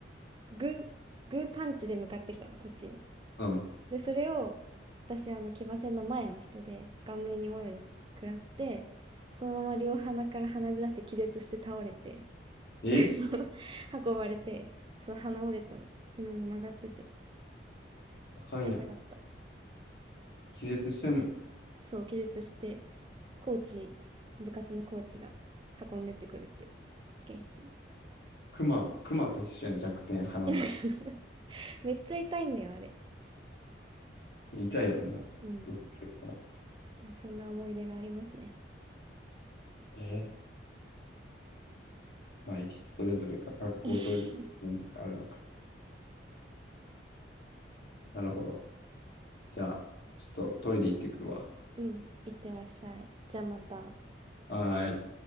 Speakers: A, on the right; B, on the left.
A: グー、グーパンチで向かってきたの、こっちに。
B: うん。
A: で、それを、私、あの、騎馬戦の前の人で、顔面にもろに食らって、そのまま両鼻から鼻血出して気絶して倒れて、
B: え
A: で、その、運ばれて、そう、鼻折れたの。今も曲がってて。
B: あかんやん。
A: 痛かった。
B: 気絶してん。
A: そう、気絶して、コーチ、部活のコーチが運んでってくれて、保健室に
B: 熊、熊と一緒やん、弱点、鼻な。
A: <laughs>。めっちゃ痛いんだよ、あれ。
B: 痛いやろな。
A: うん。
B: 打ってるから。
A: まあ、そんな思い出がありますね
B: えまあ、いい人それぞれか、学校それぞれ文化があるのか。
A: <laughs>。
B: なるほど。じゃあ、ちょっとトイレ行ってくるわ。
A: うん。いってらっしゃい。じゃあまた。
B: はーい。